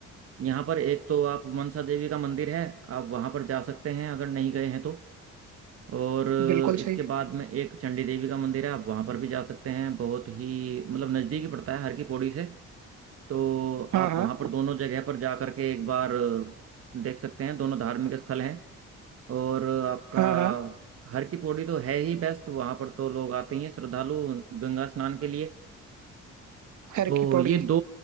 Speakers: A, on the right; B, on the right.
A: यहाँ पर एक तो आप मनसा देवी का मंदिर है आप वहाँ पर जा सकते हैं अगर नहीं गए हैं तो और
B: बिल्कुल
A: इसके
B: सही
A: बाद में एक चंडी देवी का मंदिर है आप वहाँ पर भी जा सकते हैं बहुत ही मतलब नज़दीक ही पड़ता है हर की पौड़ी से तो
B: हाँ
A: आप
B: हाँ
A: वहाँ पर दोनों जगह पर जा करके एक बार देख सकते हैं दोनों धार्मिक स्थल हैं और आपका
B: हाँ हाँ
A: हर की पौड़ी तो है ही बेस्ट वहाँ पर तो लोग आते ही हैं श्रद्धालु गंगा स्नान के लिए
B: खैर
A: तो
B: की पौड़ी
A: ये दो